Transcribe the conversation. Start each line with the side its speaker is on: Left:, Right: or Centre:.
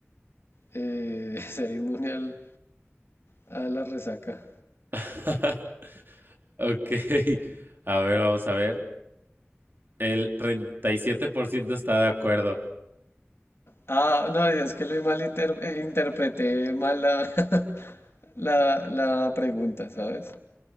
Left: Eh, <laughs> ser inmune al- a la resaca.
Right: <laughs> Ok. A ver, vamos a ver. El 37% está de acuerdo.
Left: Ah, no, es que lo malinter- eh, interpreté mal la, <laughs> la, la pregunta, ¿sabes?